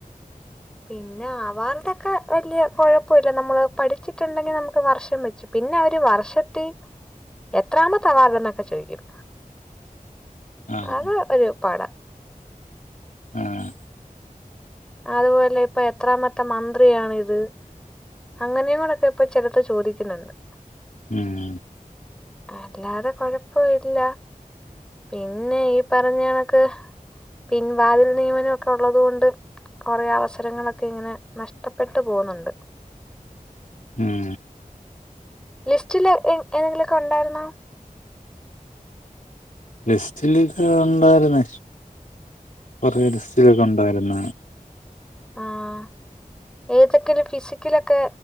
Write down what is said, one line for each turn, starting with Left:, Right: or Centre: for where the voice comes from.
Centre: പിന്നെ അവാർടെക്കെ വലിയ കുഴപ്പല്ല. നമ്മള് പഠിച്ചിട്ടുണ്ടെങ്കിൽ നമുക്ക് വർഷം വച്ചും പിന്നെ അവര് വർഷത്തി എത്രാമത്ത വാർഡ് എന്നൊക്കെ ചോദിക്കും.
Left: ആഹ്
Centre: അത് ഒരു പാട.
Left: ആഹ്
Centre: അതുപോലെ ഇപ്പ എത്രാമത്തെ മന്ത്രിയാണിത്. അങ്ങനെയും കൂടെക്കെ ഇപ്പ ചിലത്ത് ചോദിക്കുന്നുണ്ട്.
Left: ഉം
Centre: അല്ലാതെ കൊഴപ്പ ഇല്ല. പിന്നെ ഈ പറഞ്ഞണക്ക്. പിൻ വാതിൽ നിയമനം ക്കെ ഉള്ളതുകൊണ്ട് കൊറേ അവസരങ്ങളൊക്കെ ഇങ്ങനെ നഷ്ടപ്പെട്ടു പോകുന്നുണ്ട്.
Left: ഉം
Centre: ലിസ്റ്റില് ഏഹ് എതെങ്കിലുമൊക്കെ ഉണ്ടായിരുന്നോ?
Left: ലിസ്റ്റിലൊക്കെ ഉണ്ടായിരുന്ന. കൊറെ ലിസ്റ്റിലൊക്കെ ഉണ്ടായിരുന്ന.
Centre: ആഹ് ഏതൊക്കെ ഫിസിക്കലൊക്കെ